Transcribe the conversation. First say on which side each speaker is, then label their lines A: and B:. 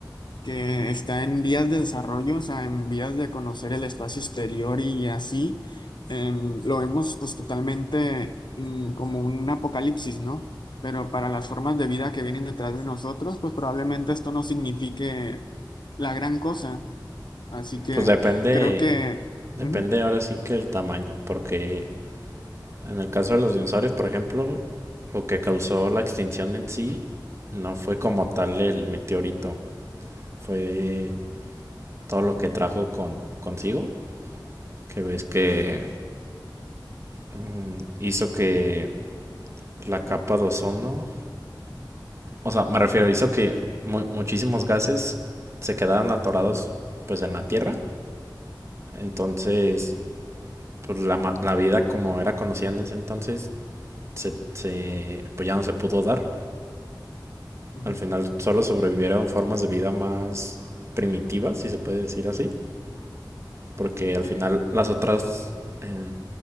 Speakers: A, on the left; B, on the right.
A: que está en vías de desarrollo, o sea, en vías de conocer el espacio exterior y así, em, lo vemos pues totalmente mm, como un apocalipsis, ¿no? Pero para las formas de vida que vienen detrás de nosotros, pues probablemente esto no signifique la gran cosa. Así que
B: pues depende
A: creo que...
B: Depende
A: ujú,
B: ahora sí que el tamaño, porque en el caso de los dinosaurios, por ejemplo, lo que causó la extinción en sí no fue como tal el meteorito, fue todo lo que trajo con, consigo, que ves que mm, hizo que la capa de ozono, o sea, me refiero, hizo que mu- muchísimos gases se quedaran atorados pues en la Tierra, entonces pues la, ma- la vida como era conocida en ese entonces se, se, pues ya no se pudo dar
A: ujú,
B: Al final solo sobrevivieron formas de vida más primitivas, si se puede decir así, porque al
A: sí.
B: final las otras, eh,